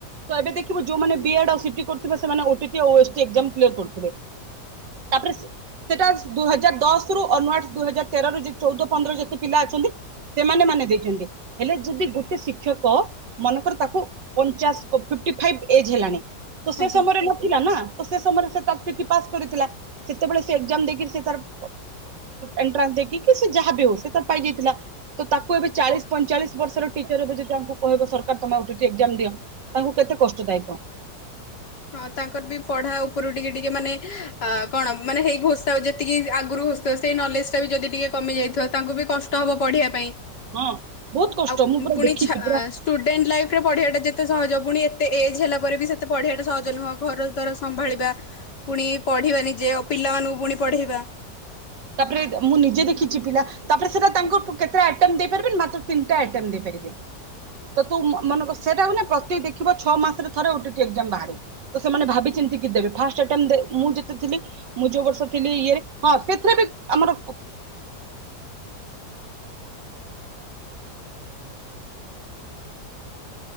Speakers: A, on the right (about 85°); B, on the left (about 75°).
A: ତ ଏବେ ଦେଖିବୁ ଯୋଉମାନେ ବି ଏଡ୍ କି ସି ଟି କରୁଥିବେ ସେମାନେ ଓ ଟି ପି ଆଉ ଏସ ଟି ଏକଜାମ କ୍ଲିଅର କରୁଥିବେ ତାପରେ ସେଟା ଦୁଇଁ ହଜାର ଦଶ ରୁ ଅନ ୱାର୍ଡ ଦୁଇ ହଜାର ତେର ରୁ ଚଉଦ ପନ୍ଦର ଯେତେ ପିଲା ଅଛନ୍ତି ସେମାନେ ମାନେ ଦେଇଛନ୍ତି ହେଲେ ଯଦି ଗୋଟେ ଶିକ୍ଷକ ମନେକର ତାକୁ ପଚାଶ ଫିପଟି ଫାଇଭ ଏଜ ହେଲାଣି। ତ ସେ
B: ଆଜ୍ଞା।
A: ସମୟରେ ନଥିଲା ନା ତ ସେ ସମୟରେ ସେ ପାସ୍ କରିଥିଲା ସେତେବେଳେ ସେ ଏଜାମ ଦେଇକି ସେ ତ ଏଟ୍ରାସଂ ଦେଇକି ଯାହାବ ହଉ ପାଇଯାଇଥିଲା ତ ତାକୁ ଏ ଚାଳିଶ ପଇଁଚାଳିଶ ବର୍ଷର ଟିଚର ଏ ଯଦି ତାଙ୍କୁ କହିବ ସରମ ଦିଅ ତାଙ୍କୁ କେତେ କଷ୍ଟଦାୟକ।
B: ହଁ ତାଙ୍କର ବି ପଢା ଉପରୁ ଟିକେ ଟିକେ ମାନେ ଅ କଣ ମାନେ ହେଇ ଘୋଷ ଯେତିକି ଆଗରୁ ହଉ ସେଇ ନଲେଜ ଟା ବି ଯଦି ଟିକେ କମିାଇଥିବ ତାଙ୍କୁ ବି କଷ୍ଟ ହବ ପଢିବା ପାଇଁ
A: ହଁ ବହୁତ କଷ୍ଟ
B: ଆଉ
A: ମୁଁ ପୁରା
B: ପୁଣି
A: ଦେଖିଛି
B: ଷ୍ଟୁଡେଣ୍ଟ
A: ପୁରା
B: ଲାଇଫ ରେ ପଢିବାଟା ଯେତେ ଏତେ ସହଜ ପୁଣି ଏତେ ଏଜ୍ ହେଲା ପରେ ବି ସେତେ ପଢି ଆଟ ସହଜ ନୁହଁ ଘର ଦ୍ଵାରା ସମ୍ଭାଳିବା ପୁଣି ପଢିବା ନିଜେ ପିଲାମାନଙ୍କୁ ପୁଣି ପଢେଇବା
A: ତାପରେ ମୁଁ ନିଜେ ଦେଖିଛି ପିଲା ତାପରେ ସେଟା ତାଙ୍କୁର କେତେ ଆଟମ୍ଟ ଦେଇପାରିବିନନି ମାତ୍ର ତିନିଟାଟମ୍ଟ ଦେଇପାରିବେ ତ ତୁ ମେକ ସେଟା ହ ପ୍ରତି ଦେଖିବ ଛଅ ମାସରେ ଥରେଟି ଏ ବାହ ତ ସେମାନେ ଭାବିମତି କି ଦେବେ ଫାଷ୍ଟଟ ମୁଁ ଯେତେ ଥିଲି ମୁଁ ଯୋଉ ବର୍ଷ ଥିଲି ଇଏରେ ହଁ ସେଥିରେ ବି ଆମର